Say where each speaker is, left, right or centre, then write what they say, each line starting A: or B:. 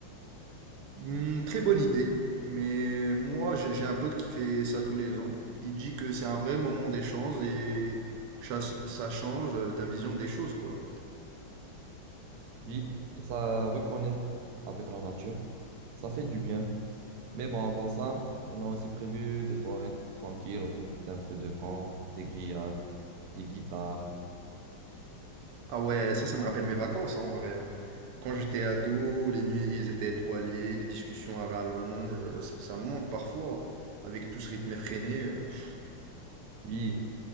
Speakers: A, on the right (about 85°); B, on the right (about 70°).
A: hmm, très bonne idée. Mais moi, j'ai j'ai un pote qui fait ça tous les ans. Il dit que c'est un vrai moment d'échange et ça, ça change euh, ta vision des choses, quoi.
B: Oui, et ça reconnecte avec la nature. Ça fait du bien. Mais bon, avant ça, on a aussi prévu des soirées tranquilles autour d'un feu de camp, des grillades, des guitares.
A: Ah ouais, ça, ça me rappelle mes vacances, hein, en vrai. hein. Quand j'étais ado, les nuits, ils étaient étoilés, les discussions à rallonge, euh, ça, ça me manque parfois, hein. avec tout ce rythme effréné. euh, pff.
B: Oui,